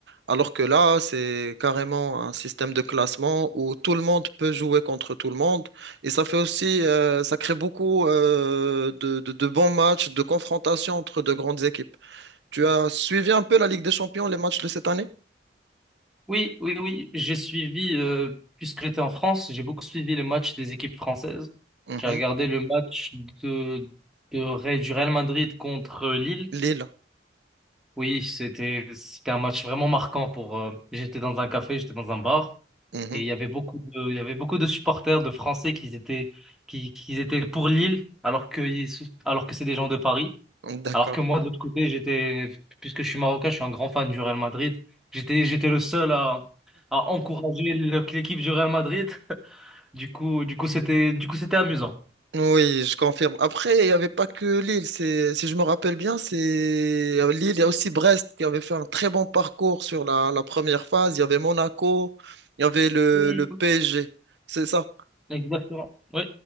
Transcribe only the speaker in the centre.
Oui, oui, oui, j'ai suivi, euh, puisque j'étais en France, j'ai beaucoup suivi les matchs des équipes françaises.
J'ai regardé le match de, de, Ré- du Real Madrid contre Lille.
Oui, c'était, c'était un match vraiment marquant pour, euh, j'étais dans un café, j'étais dans un bar,
et il y avait beaucoup de, il y avait beaucoup de supporters de Français qui étaient, qui, qui étaient pour Lille, alors que, alors que c'est des gens de Paris.
Alors que moi, de l'autre côté, j'étais, puisque je suis marocain, je suis un grand fan du Real Madrid. J'étais, j'étais le seul à, à encourager le- l'équipe du Real Madrid. <laughs> Du coup, du coup, c'était, du coup, c'était amusant.
Oui.
Exactement. Oui.